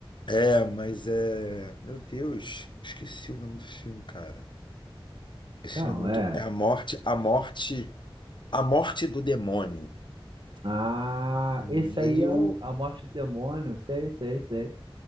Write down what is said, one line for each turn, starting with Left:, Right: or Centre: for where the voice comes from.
Left: É, mas é... Meu Deus, esqueci o nome do filme, cara. Esse
Right: Não,
Left: filme é muito...
Right: é.
Left: É a morte, a morte, a morte do demônio.
Right: Ah,
Left: Meu...
Right: esse aí é o, a morte do demônio. Sei, sei, sei.